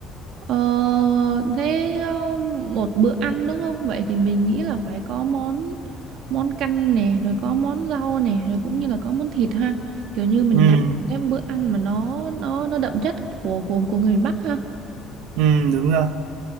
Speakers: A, on the right; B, on the right.
A: Ờ, thế ờ, một bữa ăn đúng không? Vậy thì mình nghĩ là phải có món món canh nè, rồi có món rau nè, rồi cũng như là có món thịt ha. Kiểu như mình
B: Ừm,
A: nấu một cái bữa ăn mà nó nó nó đậm chất của của của người miền Bắc ha.
B: ừm, đúng rồi.